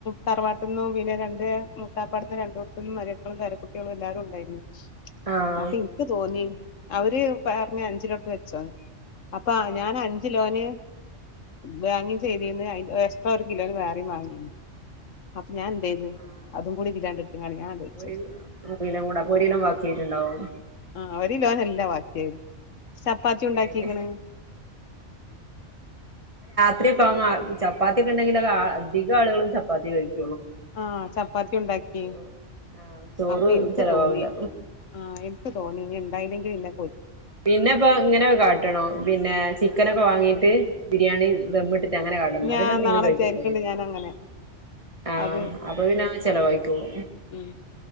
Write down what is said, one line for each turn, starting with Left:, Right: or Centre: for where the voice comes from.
Left: തറവാട്ടി നിന്നും പിന്നെ രണ്ട് മുത്താപ്പാട്ന്നും രണ്ട കടത്തന്നും മരുക്കളും പേരക്കുട്ടികളും എല്ലാവാരും ഉണ്ടായിരുന്നു
Right: ആഹ്
Left: അപ്പൊ ഇനിക്ക് തോന്നി അവര് പറഞ്ഞു അഞ്ചിലോട്ട് വെച്ചോന്ന് അപ്പൊ
Right: ആഹ്
Left: ഞാൻ അഞ്ചിലോന് ബാങ്കിങ് ചെയ്തിന്ന് എക്സ്ട്രാ ഒരു കിലോന് വേറെ വാങ്ങിന്ന് ഞാൻ എന്താ ചെയ്തു
Right: ആഹ്
Left: അതും കൂടി ഇല്ലാണ്ട് എടുത്ത ക ഞാൻ വച്ചടുത്ത്
Right: ഒരു കിലോ കൂടെ അപ്പൊ ഒരു കിലോ ബാക്കിയായിട്ടുണ്ടാവും
Left: അവര് ലോന്ന എല്ലാ ബാക്കിയ ചപ്പാത്തി ഉണ്ടാക്കിക്കണ്
Right: ഏഹ് രാത്രി കാമ ചപ്പാത്തിയ ഒക്കെ ഉണ്ടെങ്കിൽ അ അധിക ആളുകളും ചപ്പാത്തി കഴിക്കും
Left: ആഹ് ചപ്പാത്തി ഉണ്ടാക്കി
Right: ചോറ് ആഹ് ചോറ്
Left: അപ്പൊ എനിക്ക്
Right: ചെലവാവൂല
Left: തോന്നി ആഹ് എനിക്ക് തോന്നി ഇനി എന്തായാലും ഇല്ല
Right: പിന്നെപ്പ ഇങ്ങനെ കാട്ടണോ, പിന്നേ ചിക്കനൊക്കെ വാങ്ങീട്ട്, ബിരിയാണി ദം ഇട്ടിട്ട് അങ്ങനെ കാട്ട ഇന്നാ
Left: ഞാൻ
Right: പിന്നെ <unintelligible>
Left: നാളെ
Right: കഴിക്കും
Left: വിചാരിക്ക്ണ്ട്
Right: ചെയ്യും.
Left: ഞാനങ്ങനെ
Right: ആ
Left: അത്
Right: അപ്പ പിന്നെ ചെലവായിക്കോളും
Left: ഉം